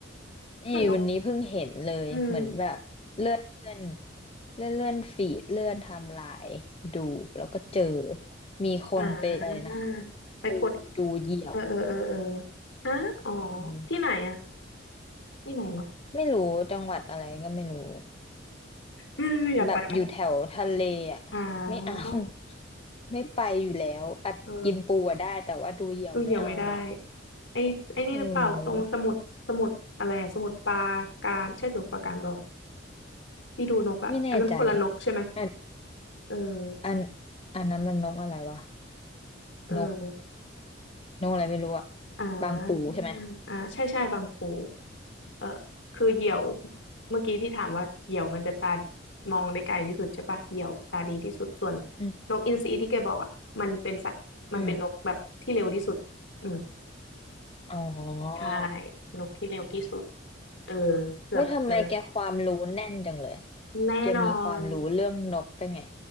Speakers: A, on the left (about 30°); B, on the left (about 70°).
A: นี่วันนี้เพิ่งเห็นเลยเหมือนแบบเลื่อนเลื่อน
B: ส่วนนกอืม
A: เลื่อนเลื่อนฟีดเลื่อนไทม์ไลน์ดูแล้วก็เจอมีคนไปอะไรนะกินปูดูเหยี่ยว
B: อ่าไปกดเออเออเออเออฮะอ๋อ
A: เออ
B: ที่ไหนอ่ะที่ไหนวะ
A: ไม่รู้จังหวัดอะไรก็ไม่รู้
B: อืมอยากไปไหม
A: แบบอยู่แถวทะเลอ่ะไม่เอา
B: อ่า
A: <laughs> ไม่ไปอยู่แล้วอัดกินปูอะได้แต่ว่าดูเหยี่ยวไม่เอานะ
B: เออดูเหี่ยวไม่ได้ ไอ้ไอ้นี่หรือเปล่าตรงสมุดสมุดอะไรอะสมุดปราการใช่สมุดปราการเปล่าวะ
A: อืม
B: ที่ดูนกอะอันนั้นคนละนกใช่ไหม
A: ไม่แน่ใจอัน
B: เออ
A: อันอันนั้นมันนกอะไรวะ
B: เออ
A: นกนกอะไรไม่รู้อะ
B: อ่
A: บางปูใช่ไหม
B: าอ่าใช่ใช่บางปูเออคือเหยี่ยวเมื่อกี้ที่ถามว่าเหยี่ยวมันจะตามองได้ไกลที่สุดใช่ปะเหยี่ยวตาดีที่สุดส่วน
A: อืม
B: นกอินทรีที่แกบอกอะมันเป็นสัตว์มันเป็นนกแบบที่เร็วที่สุดอืม
A: อืมอ๋อ
B: ใช่นกที่เร็วที่สุดเออเกือบเกือบแล้ว
A: เว้ยทำไมแกความรู้แน่นจังเลย
B: แน่นอน
A: แกมีความรู้เรื่องนกได้ไง